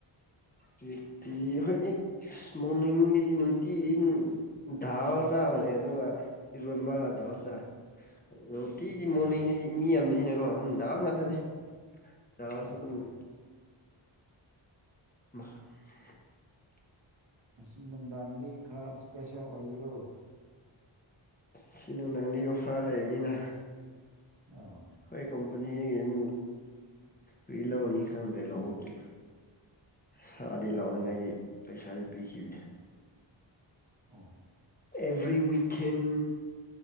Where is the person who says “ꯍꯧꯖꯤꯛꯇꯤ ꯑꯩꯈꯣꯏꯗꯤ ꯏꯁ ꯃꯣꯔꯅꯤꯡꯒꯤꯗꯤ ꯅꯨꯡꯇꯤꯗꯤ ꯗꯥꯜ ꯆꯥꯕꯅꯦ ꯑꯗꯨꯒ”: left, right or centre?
Left